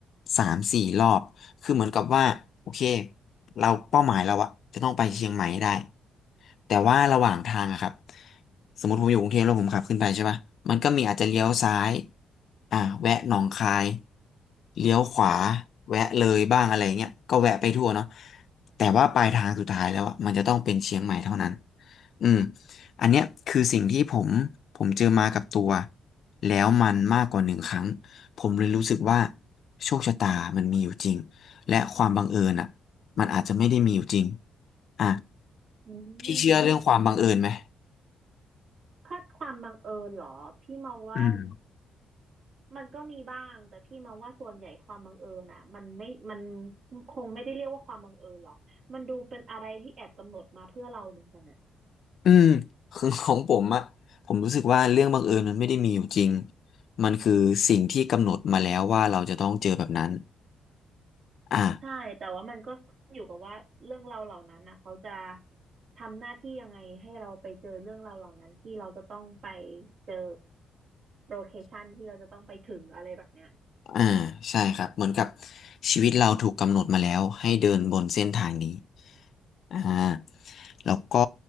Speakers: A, on the left (about 65°); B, on the right (about 60°).
A: สามสี่รอบ คือเหมือนกับว่าโอเคเราเป้าหมายเราอะจะต้องไปเชียงใหม่ให้ได้แต่ว่าระหว่างทางอะครับสมมติผมอยู่กรุงเทพแล้วผมขับขึ้นไปใช่ปะมันก็มีอาจจะเลี้ยวซ้ายอ่าแวะหนองคายเลี้ยวขวาแวะเลยบ้างอะไรเงี้ยก็แวะไปทั่วเนาะแต่ว่าปลายทางสุดท้ายแล้วอะมันจะต้องเป็นเชียงใหม่เท่านั้นอืม อันเนี้ยคือสิ่งที่ผมผมเจอมากับตัวแล้วมันมากกว่าหนึ่งครั้งผมเลยรู้สึกว่าโชคชะตามันมีอยู่จริงและความบังเอิญอ่ะมันอาจจะไม่ได้มีอยู่จริงอ่ะ
B: อื
A: พี่เชื่อเรื่องความบังเอิญไหม
B: มถ้าความบังเอิญเหรอพี่มองว่า
A: อืม
B: มันก็มีบ้างแต่พี่มองว่าส่วนใหญ่ความบังเอิญอ่ะมันไม่มันคงไม่ได้เรียกว่าความบังเอิญหรอกมันดูเป็นอะไรที่แอบกำหนดมาเพื่อเราเหมือนกันนะ
A: อืมคือของผมอะผมรู้สึกว่าเรื่องบังเอิญมันไม่ได้มีอยู่จริงมันคือสิ่งที่กำหนดมาแล้วว่าเราจะต้องเจอแบบนั้นอ่า
B: ใช่แต่ว่ามันก็ขึ้นอยู่กับว่าเรื่องราวเหล่านั้นนะเขาจะทำหน้าที่ยังไงให้เราไปเจอเรื่องราวเหล่านั้นที่เราจะต้องไปเจอโลเคชันที่เราจะต้องไปถึงอะไรแบบเนี้ย
A: อ่าใช่ครับเหมือนกับชีวิตเราถูกกำหนดมาแล้วให้เดินบนเส้นทางนี้ อ่าแล้วก็